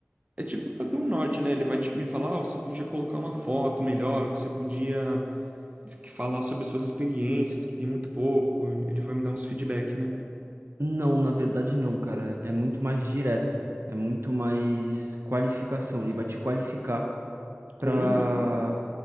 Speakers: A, on the right; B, on the right.
A: É tipo pra ter um norte, né? Ele vai te- me falar, ah, você podia colocar uma foto melhor, você podia es- falar sobre as suas experiências, que tem muito pouco. Ele vai me dar uns feedback, né?
B: não, na verdade não, cara, é muito mais direto, é muito mais qualificação, ele vai te qualificar
A: Com
B: pra...
A: um número,